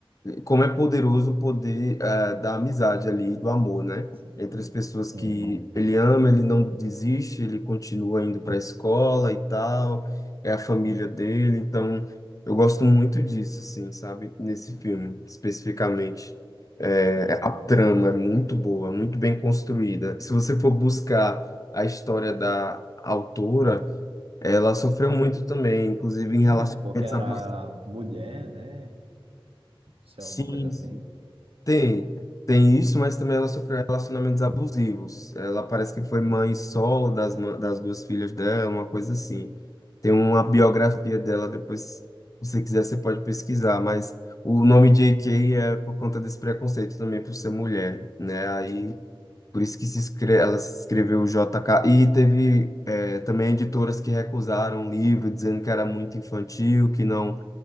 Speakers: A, on the left; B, on the right.
A: como é poderoso o poder eh, da amizade ali, do amor, né?
B: Sim.
A: Entre as pessoas que
B: Uhum.
A: ele ama, ele não desiste, ele continua indo para a escola e tal, é a família dele, então eu gosto muito disso, assim, sabe? Nesse filme, especificamente. Eh,
B: Sim,
A: a
B: sim.
A: trama é muito boa, muito bem construída. Se você for buscar a história da autora, ela sofreu muito também, inclusive em
B: É,
A: relacionamentos
B: porque era ela mulher, né? Se
A: abusivos.
B: é alguma coisa assim?
A: Tem, tem isso, mas também ela sofreu relacionamentos abusivos. Ela parece
B: Ah,
A: que foi mãe solo das, ma- das duas filhas dela, uma coisa assim. Tem uma biografia dela, depois, se você quiser, você pode pesquisar, mas o nome J.K. é por conta desse preconceito também por ser mulher, né? Aí,
B: Uhum.
A: por isso que se escre ela se escreveu JK. E teve eh, também editoras que recusaram o livro, dizendo que era muito infantil, que não,